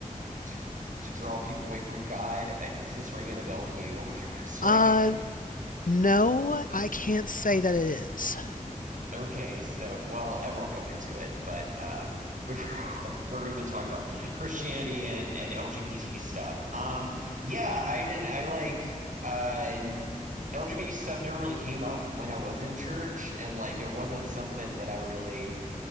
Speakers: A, on the right; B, on the left.
A: to to draw people away from God. I, is this ringing a bell to you? <laughs> It's like
B: Uh, no, I can't say that it is.
A: Okay, so well, I won't go into it, but uh, <laughs> we are we've been <laughs> talking about Christianity and, and LGBT stuff. Um, yeah, I didn't. I like uh, LGBT stuff never really came up when I was in church, and like it wasn't something that I really,